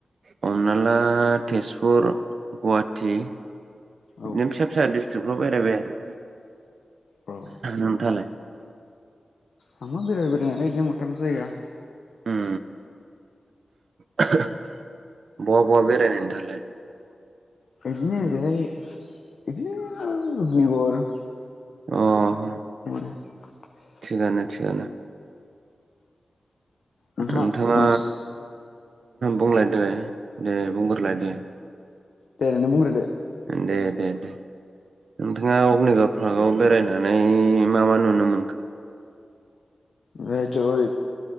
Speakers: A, on the right (about 75°); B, on the left (about 80°).
A: हमना ला तेजपुर गुवाहाटी
B: औ
A: <unintelligible> जोबाव बेरायबाय आरो
B: औ
A: नोंथाङालाय <inaudible>
B: थांबा बेराय बेरायनायालाय बिदिनो मोनथामसो जायगा
A: उम बहा बहा बेरायनाय नोंथाङालाय?
B: बिदिनो ओरैहाय बिदिनो अग्निगड़
A: अ
B: <unintelligible>
A: थिगानो थिगानो
B: नोंथां
A: नोंथाङा
B: मोनसे
A: बुंलाय देलाय दे बुंग्रोलाय दे
B: दे नोंनो बुंग्रोदो
A: दे दे दे नोंथाङा अग्निगड़ पार्कआव बेरायनानै मा मा नुनो मोनखो?
B: ओमफ्राय <unintelligible>